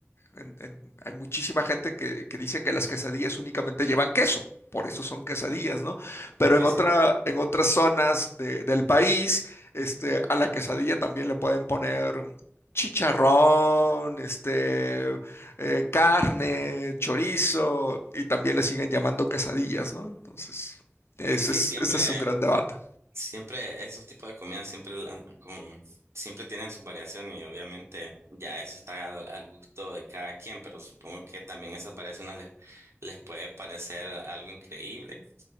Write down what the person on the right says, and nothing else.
Sí,
sí,
sí, sí,
sí, siempre.
Siempre esos tipos de comidas siempre la- con siempre tienen sus variaciones y obviamente ya eso está al, al gusto de cada quien, pero supongo que también esas variaciones les, les puede parecer algo increíble.